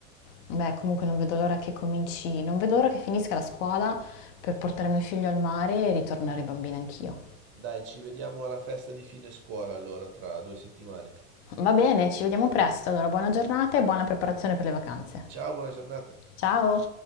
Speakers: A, on the left; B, on the right.
A: Beh, comunque non vedo l'ora che cominci, non vedo l'ora che finisca la scuola per portare mio figlio al mare e ritornare bambina anch'io.
B: Dai, ci vediamo alla festa di fine scuola allora tra due settimane.
A: Va bene, ci vediamo presto. Allora, buona giornata e buona preparazione per le vacanze.
B: Ciao, buona giornata.
A: Ciao!